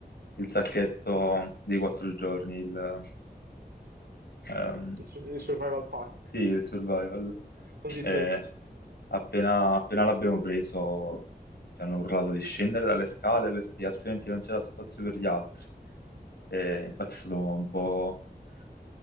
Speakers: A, on the left (about 85°); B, on the right (about 80°).
A: il sacchetto dei quattro giorni, il, ehm,
B: il, su- il survival pack,
A: sì, il survival.
B: cosiddetto.
A: Eh, appena appena l'abbiamo preso ci hanno urlato di scendere dalle scale perché altrimenti non c'era spazio per gli altri. E infatti è stato un po', un